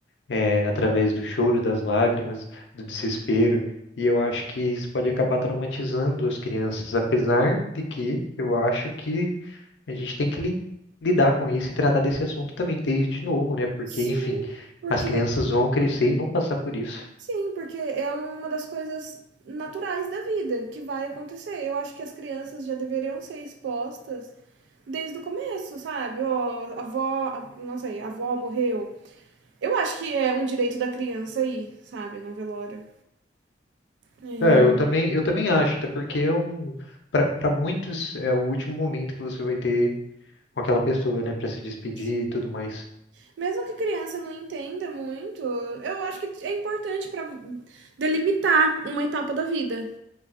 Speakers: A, on the left; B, on the right.
A: É, através do choro, das lágrimas, do desespero. E eu acho que isso pode acabar traumatizando as crianças, apesar de que eu acho que a gente tem que li- lidar com isso e tratar desse assunto também desde novo, né? Porque,
B: sim,
A: enfim,
B: porque
A: as crianças vão crescer e vão passar por isso.
B: sim, porque é uma das coisas naturais da vida que vai acontecer. Eu acho que as crianças já deveriam ser expostas desde o começo, sabe? Ó, a avó, a- não sei, a avó morreu. Eu acho que é um direito da criança ir, sabe, num velório. É,
A: É, eu também, eu também acho, até porque é um, para muitos é o último momento que você vai ter com aquela pessoa, né, para se despedir
B: sim.
A: e tudo mais.
B: Mesmo que criança não entenda muito, eu acho que é importante pra delimitar uma etapa da vida.